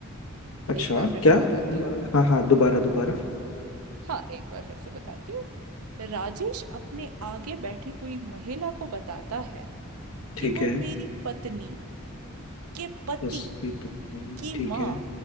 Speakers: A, on the left; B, on the right.
A: अच्छा
B: एक बार फिर
A: क्या
B: से बताती
A: म-
B: हूँ
A: हाँ हाँ दोबारा दोबारा
B: हाँ एक बार फिर से बताती हूँ राजेश अपने आगे बैठी हुई महिला को बताता है
A: ठीक
B: कि वो
A: है
B: मेरी पत्नी के पति
A: उसकी पत्नी
B: की
A: ठीक
B: माँ
A: है